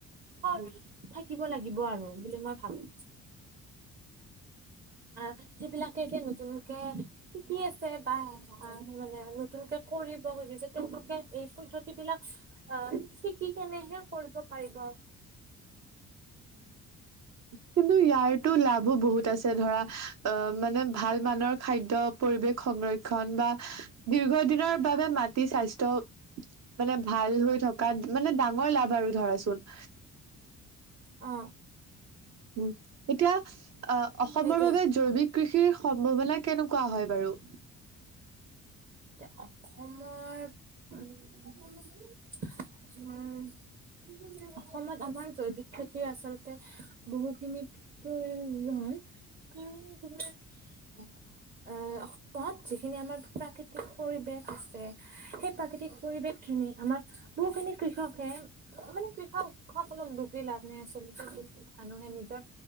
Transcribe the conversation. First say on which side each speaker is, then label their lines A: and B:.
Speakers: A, on the right; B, on the right.
A: হয় থাকিব লাগিব আৰু বুলি মই ভাবো। উ আ যিবিলাকে এতিয়া নতুনকে শিকি আছে বা মানুহজনে আৰু নতুনকে কৰিব খুজিছে তেওঁলোকে এই পদ্ধতি বিলাক আহ শিকি কেনেহে কৰিব পাৰিব।
B: কিন্তু ইয়াৰতো লাভো বহুত আছে ধৰা অ মানে ভাল মানৰ খাদ্য পৰিৱেশ সংৰক্ষণ বা দীৰ্ঘ দিনৰ বাবে মাটি স্বাস্থ্য মানে ভাল হৈ থকাত মানে ডাঙৰ লাভ আৰু ধৰা চোন।
A: অ
B: উ এতিয়া অ অসমৰ
A: সেইটোৱে।
B: বাবে জৈৱিক কৃষিৰ সম্ভাৱনা কেনেকোৱা হয় বাৰু?
A: এতিয়া অসমৰ সকলো উম অসমত আমাৰ জৈৱিক খেতিৰ আচলতে বহুখিনি ত নহয় কাৰণ তোমাৰ এ অসমত যিখিনি আমাৰ প্ৰাকৃতিক পৰিৱেশ আছে সেই প্ৰাকৃতিক পৰিৱেশখিনি আমাৰ বহুখিনি কৃষকে মানে কৃষক সকলক দুখ দি লাভ নাই আচলতে। মানুহে নিজৰ